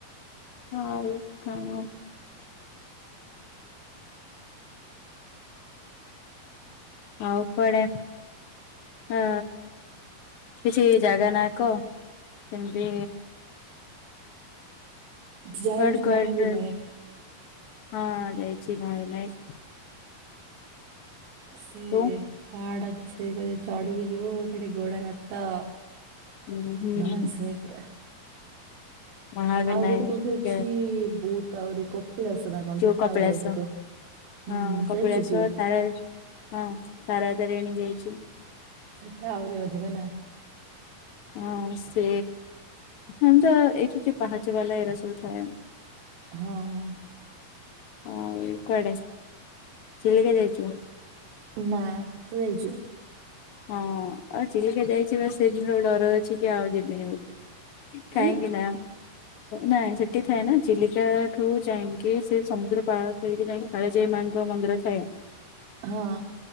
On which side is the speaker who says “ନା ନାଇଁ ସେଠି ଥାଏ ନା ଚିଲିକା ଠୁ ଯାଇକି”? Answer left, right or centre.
Left